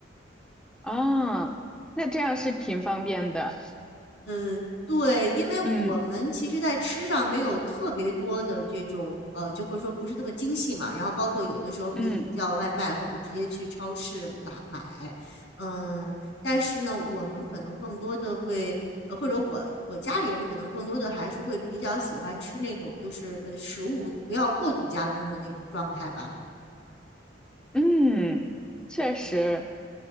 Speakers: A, in the centre; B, on the left.
A: 啊，那这样是挺方便的。
B: 呃，对，因为我们其实，
A: 嗯
B: 在吃上没有特别多的这种，呃，就或者说不是那么精细嘛。然后包括有的时候可以叫外卖，
A: 嗯
B: 或者直接去超市拿买。嗯，但是呢，我们可能更多的会，呃，或者我我家里人可能更多的还是会比较喜欢吃那种，就是呃，食物不要过度加工的那种状态吧。
A: 嗯，确实，